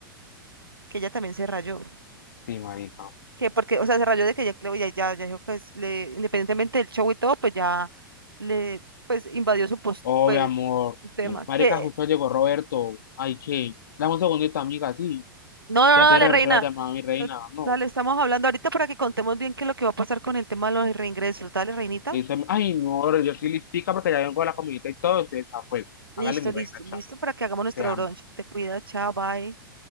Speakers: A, on the right; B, on the left.
A: que ella también se rayó.
B: Sí, marica.
A: Que porque, o sea, se rayó de que ya, creo- ya, ya, ya dijo que es- le, independientemente del show y todo, pues ya le, pues invadió su post,
B: Oh,
A: pues,
B: mi amor.
A: su tema.
B: Marica,
A: Que,
B: justo llegó Roberto. Ay, ¿qué? Dame un segundito, amiga, sí.
A: no, no,
B: Ya
A: no,
B: te
A: dale,
B: regresé
A: reina.
B: la llamada, mi reina.
A: No,
B: No.
A: dale, estamos hablando ahorita para que contemos bien qué es lo que va a pasar con el tema de los reingresos. Dale, reinita.
B: Le dice, ay, no, ahora yo soy listica porque ya vengo de la comidita y todo, entonces, a fuego.
A: Listo,
B: Hágale mi
A: listo,
B: reina,
A: listo
B: chao.
A: para que hagamos nuestro
B: Te amo.
A: brunch. Te cuida, chao, bye.